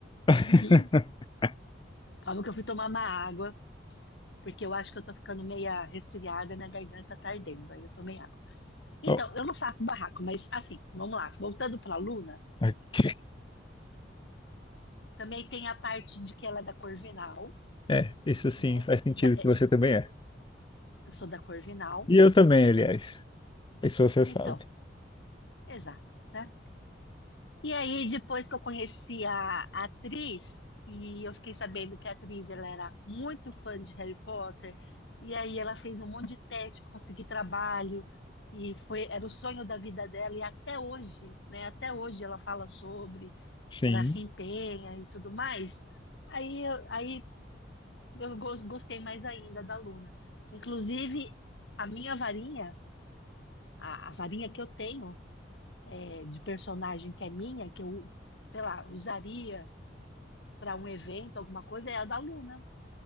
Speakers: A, on the left (about 25°); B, on the left (about 75°).
A: <laughs>
B: uhum. Calma que eu fui tomar uma água, porque eu acho que eu tô ficando meia resfriada, minha garganta tá ardendo, aí eu tomei água. Então,
A: Oh,
B: eu não faço barraco, mas assim, vamos lá. Voltando pra Luna,
A: ok.
B: também tem a parte de que ela é da Corvinal,
A: É, isso sim
B: né?
A: faz sentido
B: Da- é,
A: que você também é.
B: eu sou da Corvinal,
A: E eu também, aliás. Isso você
B: então,
A: sabe.
B: exato, né? E aí, depois que eu conheci a a atriz, e eu fiquei sabendo que a atriz ela era muito fã de Harry Potter, e aí ela fez um monte de teste para conseguir trabalho, e foi, era o sonho da vida dela, e até hoje, né? Até hoje ela fala sobre,
A: Sim.
B: ela se empenha e tudo mais. Aí, eu- aí eu gos- gostei mais ainda da Luna. Inclusive, a minha varinha, a, a varinha que eu tenho é, de personagem que é minha, que eu, sei lá, usaria para um evento, alguma coisa, é a da Luna.